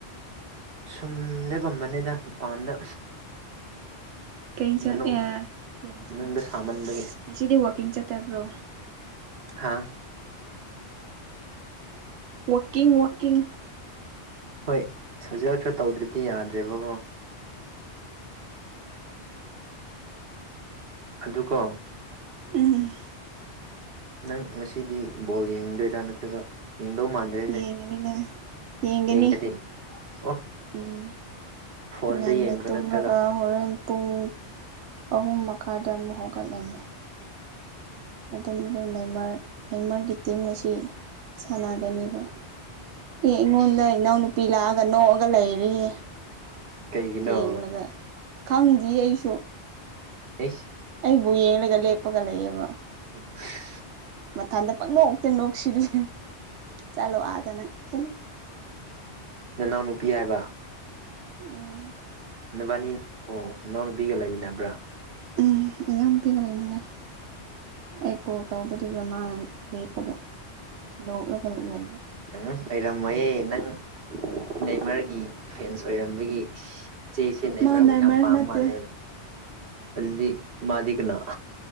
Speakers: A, on the right; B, on the right.
A: ꯁꯨꯝ ꯂꯦꯞꯄꯝꯕꯅꯤꯗ ꯃꯄꯥꯟꯗ
B: ꯀꯩꯑꯦꯟꯁꯥꯡ
A: ꯃꯅꯨꯡ
B: ꯑꯦ ꯌꯦꯟꯁ
A: ꯃꯅꯨꯡꯗ ꯁꯥꯃꯟꯕꯒꯤ
B: ꯉꯁꯤꯗꯤ ꯋꯥꯛꯀꯤꯡ ꯆꯠꯇꯕ꯭ꯔꯣ
A: ꯍꯥꯥ
B: ꯋꯥꯀꯤꯡ ꯋꯥꯀꯤꯡ
A: ꯍꯣꯏ ꯁꯥꯖꯦꯜ ꯈꯔ ꯇꯧꯗ꯭ꯔꯗꯤ ꯌꯥꯗ꯭ꯔꯦꯕꯀꯣ ꯑꯗꯨꯀꯣ
B: ꯎꯝ
A: ꯅꯪ ꯉꯁꯤꯗꯤ ꯕꯣꯜ ꯌꯦꯡꯗꯣꯏꯔꯥ ꯅꯠꯇ꯭ꯔꯒ ꯌꯦꯡꯗꯧ ꯃꯥꯟꯗ꯭ꯔꯦꯅꯦ
B: ꯌꯦꯡꯒꯅꯤꯅꯦ ꯌꯦꯡꯒꯅꯤ
A: ꯌꯦꯡ <unintelligible> ꯑꯣ
B: ꯎꯝ
A: ꯐꯣꯟꯗ
B: ꯉꯟꯅ
A: ꯌꯦꯡꯕ꯭ꯔꯥ
B: ꯇꯨꯝꯂꯒ
A: ꯅꯠꯇ꯭ꯔꯒ
B: ꯍꯣꯔꯦꯟ ꯄꯨꯡ ꯑꯍꯨꯝ ꯃꯈꯥꯏꯗ ꯑꯃꯨꯛ ꯍꯧꯒꯠꯂꯅꯤ ꯑꯗꯨꯝ ꯑꯗꯨꯝ ꯅꯦꯃꯥꯔ ꯅꯦꯃꯥꯔꯒꯤ ꯇꯤꯝ ꯉꯁꯤ ꯁꯥꯟꯅꯒꯅꯦꯕ ꯑꯦ ꯑꯩꯉꯣꯟꯗ
A: ꯑꯩꯁ
B: ꯏꯅꯥꯎꯅꯨꯄꯤ ꯂꯥꯛꯑꯒ ꯅꯣꯛꯑꯒ ꯂꯩꯔꯤꯌꯦ
A: ꯀꯩꯒꯤꯅꯣ
B: ꯌꯦꯡꯂꯒ ꯈꯪꯗꯤꯌꯦ ꯑꯩꯁꯨ
A: ꯑꯩꯁ
B: ꯑꯩꯕꯨ ꯌꯦꯡꯂꯒ ꯂꯦꯞꯄꯒ ꯂꯩꯌꯦꯕ
A: <unintelligible>
B: ꯃꯊꯟꯗ ꯄꯪꯅꯣꯛꯛꯇ ꯅꯣꯛꯁꯤꯜꯂꯦ ꯆꯜꯂꯣ ꯑꯥꯗꯅꯪ ꯆꯠꯂꯨ
A: ꯅꯅꯥꯎ ꯅꯨꯄꯤ ꯍꯥꯏꯕ
B: ꯎꯝ
A: ꯅꯕꯥꯏꯅꯤ ꯑꯣ ꯅꯅꯥꯎ ꯅꯨꯄꯤꯒ ꯂꯩꯃꯤꯟꯅꯕ꯭ꯔꯥ
B: ꯎꯝ ꯏꯅꯥꯎꯄꯤꯒ ꯂꯩꯃꯤꯟꯅꯩ ꯑꯩ ꯀꯣꯜ ꯇꯧꯕꯗꯨꯗ ꯃꯥꯅ ꯂꯦꯞꯄꯒ ꯅꯣꯛꯂꯒ ꯂꯩꯕ
A: ꯎꯝ ꯑꯣꯏꯔꯝꯃꯣꯌꯦ ꯅꯪ ꯅꯦꯃꯥꯔꯒꯤ ꯐꯦꯟꯁ ꯑꯣꯏꯔꯝꯕꯒꯤ ꯏꯆꯦꯁꯤ ꯅꯦꯃꯥꯔꯕꯨ
B: ꯃꯥ ꯅꯦꯃꯔ
A: ꯌꯥꯝ ꯄꯥꯝ
B: ꯅꯠꯇꯦ
A: ꯃꯥꯜꯂꯦꯅ ꯑꯗꯨꯗꯤ ꯃꯥꯗꯤ ꯀꯅꯥ